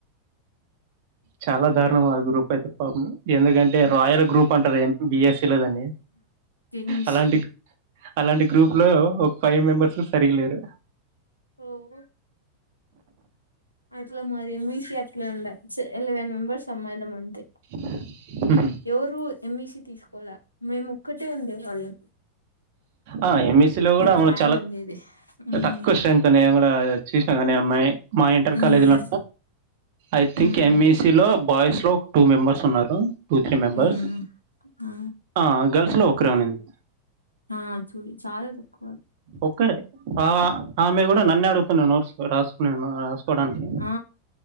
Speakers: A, on the right (about 50°); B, on the left (about 85°).
A: చాలా దారుణం ఆ గ్రూప్ అయితే పాపం ఎందుకంటే రాయార్ గ్రూప్ అంటారు దాన్ని బి ఎస్స లో దాన్ని
B: కింగ్స్.
A: అలాంటి అలాంటి గ్రూప్ లో ఒ ఫైవ్ మెంబర్సు సరిగలేరు
B: ఓహ్! అట్లా మరి ఎ మీ షి అట్లే ఉండా చ్ ఎలెవెన్ మెంబెర్స్ అమ్మాయిలం అంతే
A: ఆ
B: ఎవరు ఎం ఈ సీ తీస్కోకోలా మేము ఒక్కటే ఉండేవాళ్ళం
A: ఆ ఎం ఇ సి లో, గూడా అవును
B: బ్రాండ్
A: చాలా
B: ఉండేది ఉమ్
A: తక్వ స్ట్రెంత్ త నే గూడా చూస్న కనీ అమ్మాయి మా ఇంటర్
B: um
A: కాలేజ్ లో I think
B: um
A: M E C లో బాయ్స్ లో టూ మెంబర్స్ ఉన్నారు టూ త్రీ మెంబెర్స్
B: ఉమ్ ఆ
A: ఆ గర్ల్స్ లో ఒకరే ఉనింది
B: ఆ చూ చాలా తక్వ
A: ఒక్కరే ఆ ఆమె గూడా నన్నే అడుతునే నోట్ రాస్కునే రాస్కోవడానికి
B: ఆ